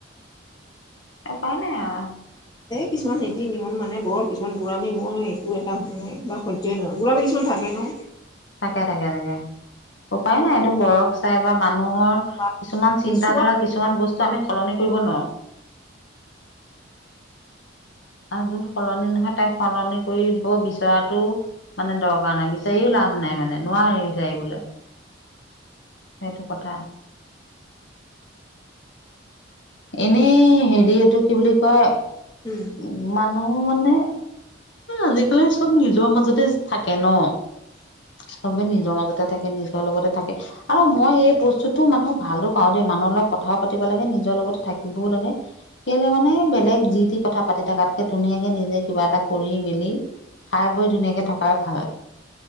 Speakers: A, on the left; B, on the left.
A: উপায় নাই আৰু।
B: কিছুমান নীতি নিয়ম মানে বৰ কিছুমান বুঢ়ামি মই এইটো এটা মানে কিবা স গোলাম কিছুমান থাকে ন'।
A: তাকে তাকে তাকে। উপায় নাই এইটো বয়স চাই বা মানুহৰ
B: বা
A: কিছুমান চিন্তাধাৰা
B: চোৱা
A: কিছুমান বস্তু আমি সলনি কৰিব নোৱাৰো। আৰু যোন সলনি নহয় তাই সলনি কৰি ব বিচৰাটো। মানে দৰকাৰ নাই বিচাৰিও লাভ নাই মানে নোৱাৰি বিচাৰিবলে। সেইটো কথা। এনে হেৰি এইটো কি বুলি কয়।
B: উম।
A: উম, মানুহ মানে আজিকালি চব নিজৰ মাজতে থাকে ন'। চবে নিজৰ মাজতে থাকে, নিজৰ লগতে থাকে। আৰু মই এই বস্তুটো মানুহ ভালো, পাওঁ দেই মানুহৰ লগত কথাও পাতিব লাগে, নিজৰ লগতো থাকিবও লাগে, কেলে মানে বেলেগ যি টি কথা পাতি থাকাতকে ধুনীয়াকে নিজে কিবা এটা কৰি মেলি, খাই বৈ ধুনীয়াকে থকাই ভাল।